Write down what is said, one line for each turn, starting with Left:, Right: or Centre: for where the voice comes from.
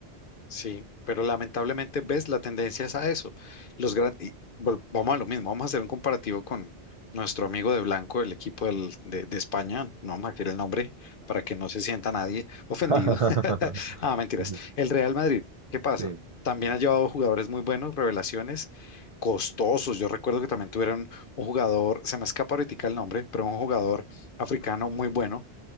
Left: Sí, pero lamentablemente, ves, la tendencia es a eso. Los gran... y vol- Vamos a lo mismo, vamos a hacer un comparativo con nuestro amigo de blanco, el equipo del- de, de España, no vamos a decir el nombre para que no se sienta nadie ofendido.
Right: <laughs>
Left: <laughs> Ah, mentiras.
Right: Sí, sí,
Left: El Real Madrid, ¿qué pasa?
Right: sí.
Left: También ha llevado jugadores muy buenos, revelaciones, costosos. Yo recuerdo que también tuvieron un jugador, se me escapa ahorita el nombre, pero un jugador africano muy bueno